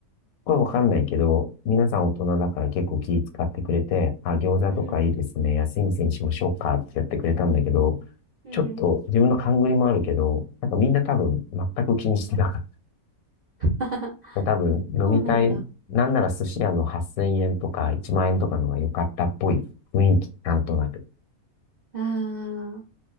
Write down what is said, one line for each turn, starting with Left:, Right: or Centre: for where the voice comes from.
Left: これわかんないけど、皆さん大人だから結構気使ってくれて、あ、餃子とかいいですね。
Right: うん
Left: 安い店にしましょうかってやってくれたんだけど、
Right: うん
Left: ちょっと自分の勘繰りもあるけど、なんかみんな多分全く気にしてなかっ
Right: あはは <laughs>
Left: た。多分飲み会、
Right: そうなんだ。
Left: なんなら寿司屋の8000円とか1万円とかのが良かったっぽい雰囲気、なんとなく。
Right: あー